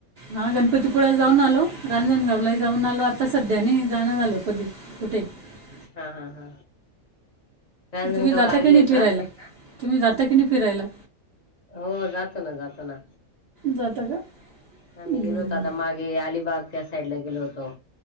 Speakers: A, on the right; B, on the left.
A: हा गणपतीपुळला जाऊन आलो रांजणगावला जाऊन आलो आता सध्या नाही जाणं झा आलो कधी. ते <unintelligible>
B: हा हा हा. रांजणगावला
A: तुम्ही जाता
B: आलेलं
A: की नाही
B: आहे
A: फिरायला
B: का
A: तुम्ही जाता की नाही फिरायला.
B: हो जात ना जात ना.
A: जाता का
B: आ
A: हम्म.
B: म्ी गेलो होतो आता मागे अलिबाग त्या साइड ला गेलो होतो.